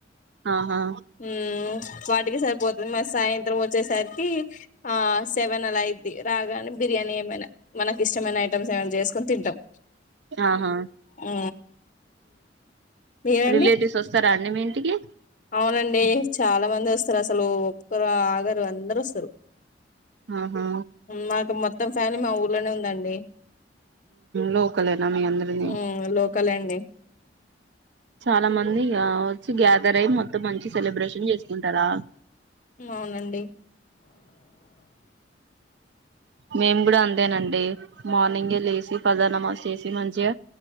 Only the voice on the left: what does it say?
హ వాటికి సరిపోతుంది మ సాయంత్రం వచ్చేసరికి ఆ సెవ ఏవనా అలా అద్ది రాగానే బిర్యానీ ఏమైనా మనకి ఇష్టమైన ఐటమ్స్ ఏమైనా చేసుకుొని తిాం
ఆ మీరండి
అవునండి అండి చాలా మంది వస్తారు అసలు ఒక్కరు ఆగరు అందరు వస్తారు
మాకు మొత్తం ఫ్యామి మా ఊర్లోనే ఉందండి
ఉమ్ లోకలే అండి
అవునండి